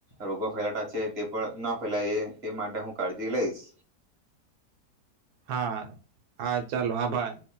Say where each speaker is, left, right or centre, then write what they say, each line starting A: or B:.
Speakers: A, on the right; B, on the right.
A: રોગો ફેલાતા છે તે પણ ન ફેલાય એ માટે હું કાળજી લઈશ.
B: હા હા ચાલો આભાર.